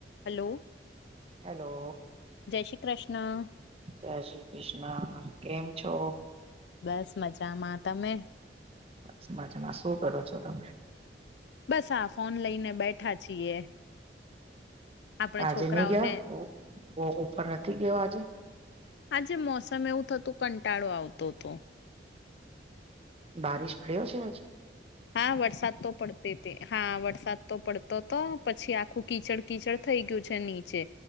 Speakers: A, on the left; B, on the right.
A: Hello.
B: Hello
A: જય શ્રી કૃષ્ણ
B: જય શ્રી કૃષ્ણ કેમ છો?
A: બસ મજામાં તમે?
B: બસ મજામાં શું કરો છો તમે.
A: બસ હા ફોન લઈને બેઠા છીએ. આપણે
B: આજે
A: છોકરાઓને
B: નહી ગયા બહુ વો ઉપફર નથી ગયો આજે
A: આજે મોસમ એવું થતું કંટાળો આવતો હતો.
B: બારિશ પડ્યો છે આજ.
A: હા વરસાદ તો પડતે તે હા વરસાદ તો પડ તો તો પછી આખું કીચડ કીચડ થઈ ગયું છે નીચે